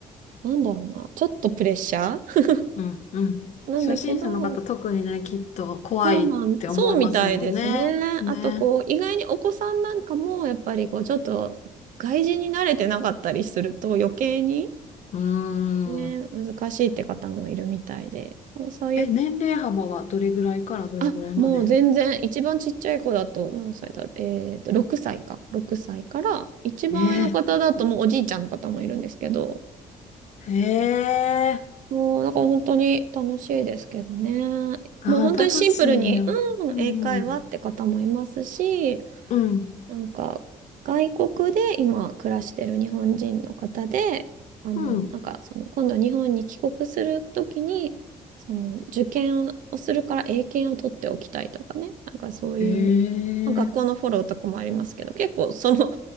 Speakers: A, on the right; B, on the left.
A: なんだろうな、ちょっとプレッシャー
B: うんうん。
A: <laughs> なんだけど、
B: 初心者の方特にね、きっと怖いって思いますもんね。
A: そうなん、そうみたいですね。
B: ね。
A: あと、こう、意外にお子さんなんかも、やっぱりこう、ちょっと外人に慣れてなかったりすると余計に、
B: うー
A: ね、
B: ん。
A: 難しいって方もいるみたいで、そういう
B: え、年齢幅はどれぐらいからどれぐらいまで
A: あ、もう全然、一番ちっちゃい子だと、何歳だろう。えっと、6歳か。6歳から、一番上の方だともうおじいちゃんの方もいるんですけど、
B: えー、へえ、
A: もう、なんから本当に楽しいですけどね。
B: ああ、
A: もう本当にシンプルに、
B: だだしんや。うんうん。
A: うん、英会話って方もいますし、
B: うん、
A: なんか、外国で今暮らしてる日本人の方で、あの、
B: うん。
A: なんか、その、今度日本に帰国するときに、その、受験をするから英検を取っておきたいとかね、なんかそういう、
B: へえ、
A: まあ、学校のフォローとかもありますけど、結構その、